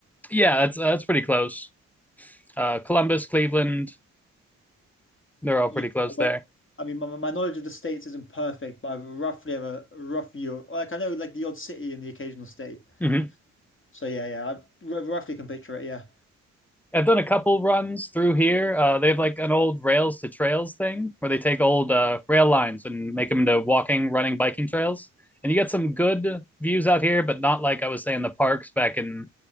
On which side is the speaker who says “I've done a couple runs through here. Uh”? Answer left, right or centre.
Centre